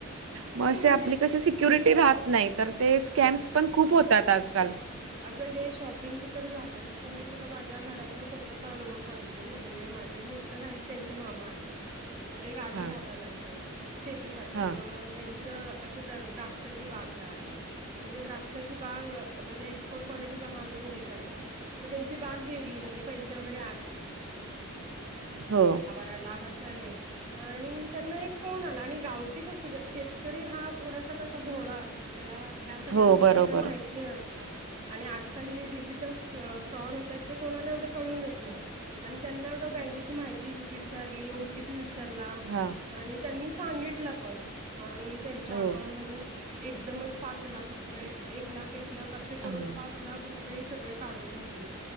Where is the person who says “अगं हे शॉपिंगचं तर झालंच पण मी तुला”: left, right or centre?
Right